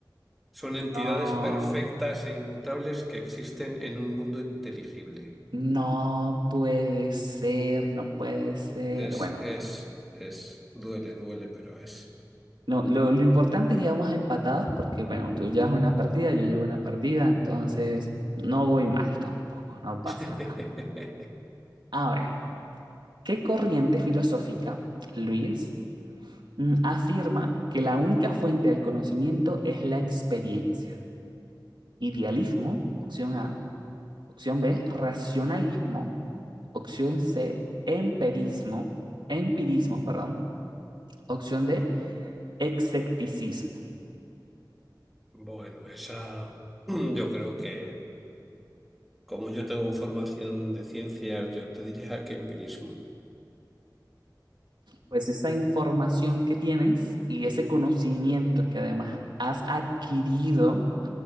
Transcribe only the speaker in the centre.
Son entidades
perfectas e inmutables que existen en un mundo inteligible.
Es,
es, es, duele, duele, pero es.
<laughs>
Bueno, esa, <clears throat> yo creo que, como yo tengo formación de ciencias, yo te diría que empirismo.